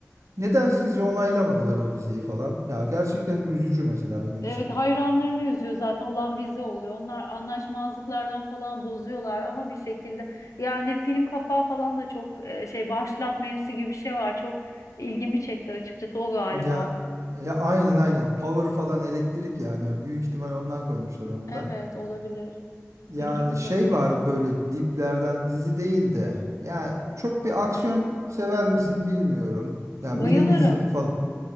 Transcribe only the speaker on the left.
Evet
hayranlarını üzüyor zaten olan bize oluyor. Onlar anlaşmazlıklardan falan bozuyorlar ama bir şekilde yani film kapağı falan da çok e, şey başlat menüsü gibi bir şey var. Çok ilgimi çekti açıkçası o galiba.
Evet
olabilir.
İlgimi
çekti
o.
Bayılırım.